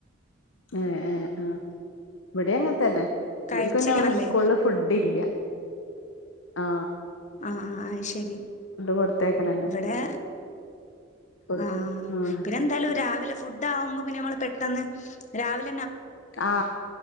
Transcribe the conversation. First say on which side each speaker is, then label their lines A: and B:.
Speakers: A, on the left; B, on the left.
A: ഏ ഏ ആ ഇവിടെ അങ്ങനെ തന്നെ
B: കഴിച്ചില്ല
A: ഇവൽക്ക് പിന്നെ ഇവലെ
B: അല്ലേ
A: സ്കൂളിൽ ഫുഡ് ഇല്ല ആ
B: ആഹ അഹ ശരി
A: കൊടുത്തേക്കലന്നെ
B: ഇവിടെ
A: കൊടു
B: ആ
A: ആഹ്
B: പിന്നെ എന്തായാലും രാവിലെ ഫുഡ് ആവുമ്പോ പിന്നെ നമ്മള് പെട്ടെന്ന് രാവിലെ
A: ആ